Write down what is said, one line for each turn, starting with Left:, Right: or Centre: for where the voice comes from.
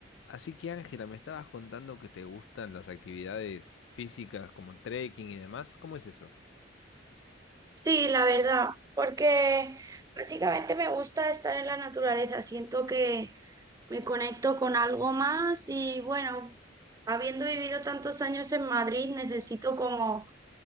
Left: Así que Ángela, me estabas contando que te gustan las actividades físicas como el trekking y demás. ¿Cómo es eso?
Right: Sí, la verdad, porque básicamente me gusta estar en la naturaleza, siento que me conecto con algo más y bueno, habiendo vivido tantos años en Madrid, necesito como